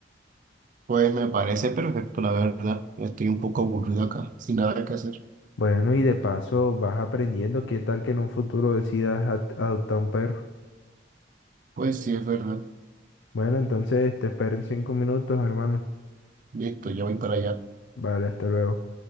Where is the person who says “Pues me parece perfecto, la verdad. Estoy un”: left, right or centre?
Right